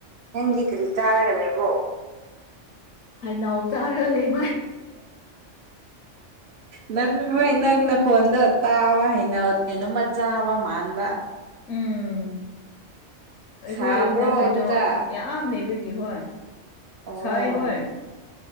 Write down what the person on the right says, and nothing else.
ꯅꯪꯗꯤ ꯀꯔꯤ ꯆꯥꯔꯒ ꯂꯩꯕ꯭ꯔꯣ
ꯅꯪ ꯍꯣꯏ ꯅꯪꯅ ꯈꯣꯟꯗꯣ ꯇꯥꯕ ꯍꯥꯏꯩꯅ ꯀꯩꯅꯣꯃꯆꯥꯥꯕ ꯃꯥꯟꯕ
ꯁꯥꯕ꯭ꯔꯣ
ꯑꯗꯨꯗ
ꯑꯣ